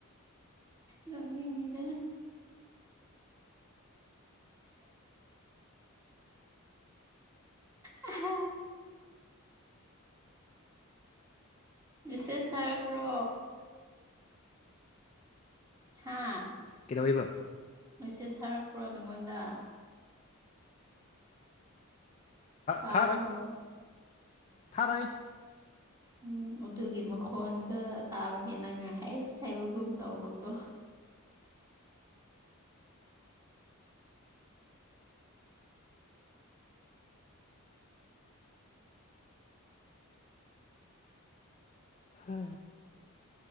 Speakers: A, on the right (about 15°); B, on the left (about 30°).
A: ꯅꯅꯤꯗ ꯑ ꯕꯤꯁꯦꯁ ꯊꯥꯔꯛꯄ꯭ꯔꯣ ꯊꯥ
B: ꯀꯩꯗꯧꯕ
A: ꯃꯦꯁꯦꯁ ꯊꯥꯔꯛꯄ꯭ꯔꯣ ꯅꯪꯉꯣꯟꯗ ꯇꯥꯕ꯭ꯔꯣ
B: ꯊꯥꯔꯛ ꯊꯥꯔꯛ
A: ꯎꯝ ꯑꯗꯨꯒꯤ ꯃꯈꯣꯟꯗ ꯇꯥꯕꯒꯤ ꯅꯪ ꯍꯁ ꯍꯩꯕꯒꯨꯝ ꯇꯧꯕꯀꯣ
B: ꯍ